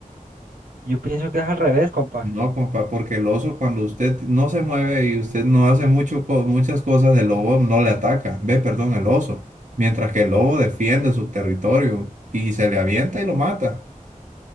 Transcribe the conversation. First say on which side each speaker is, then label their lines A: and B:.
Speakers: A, on the right; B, on the right.
A: Yo pienso que es al revés, compa.
B: No, compa, porque el oso cuando usted no se mueve y usted no hace mucho, co- muchas cosas, el lobo no le ataca. Ve, perdón, el oso. Mientras que el lobo defiende su territorio y se le avienta y lo mata.